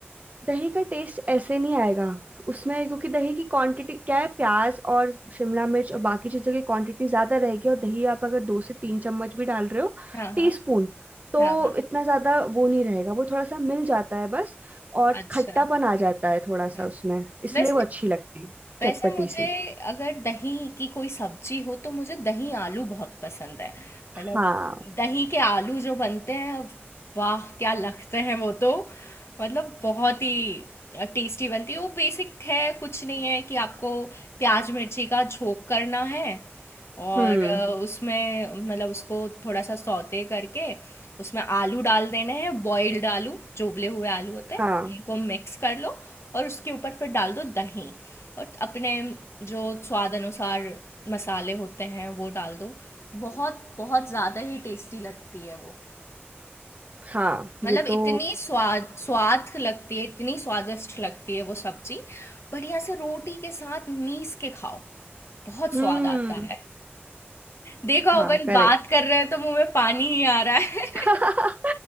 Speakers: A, on the right (about 40°); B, on the left (about 80°).
A: दही का टेस्ट ऐसे नहीं आएगा उसमें क्योंकि दही की क्वांटिटी क्या है प्याज और शिमला मिर्च और बाकी चीजों की क्वांटिटी ज्यादा रहेगी और दही आप अगर दो से तीन चम्मच भी डाल रहे हो
B: हाँ हाँ
A: टीस्पून तो
B: हाँ हाँ
A: इतना ज्यादा वो नहीं रहेगा वो थोड़ा सा मिल जाता है बस और
B: अच्छा
A: खट्टापन आ जाता है थोड़ा सा
B: हाँ।
A: उसमें इसलिए
B: वैसे
A: वो अच्छी लगती है
B: वैसे
A: चटपटी
B: मुझे
A: सी
B: अगर दही की कोई सब्जी हो तो मुझे दही आलू बहुत पसंद है मतलब
A: हाँ
B: दही के आलू जो बनते हैं वाह क्या लगते हैं वो तो मतलब बहुत ही टेस्टी बनती है वो बेसिक है कुछ नहीं है कि आपको प्याज मिर्ची का झोंक करना है
A: हम्म
B: और अ, उसमें मतलब उसको थोड़ा सा सौते करके उसमें आलू डाल देने हैं बॉइल्ड आलू चोबले हुए आलू होते हैं
A: हाँ
B: इनको मिक्स कर लो और उसके ऊपर फिर डाल दो दही और अपने जो स्वाद अनुसार मसाले होते हैं वो डाल दो बहुत बहुत ज़्यादा ही टेस्टी लगती है वो
A: हाँ
B: मतलब
A: ये
B: इतनी
A: तो
B: स्वाद स्वाद लगती है इतनी स्वादिष्ट लगती है वो सब्जी बढ़िया से रोटी के साथ मीस के खाओ बहुत
A: हम्म
B: स्वाद आता है देखो
A: था
B: अपन
A: करेक्ट
B: बात कर रहे हैं तो मुंह में पानी ही आ रहा है
A: <laughs>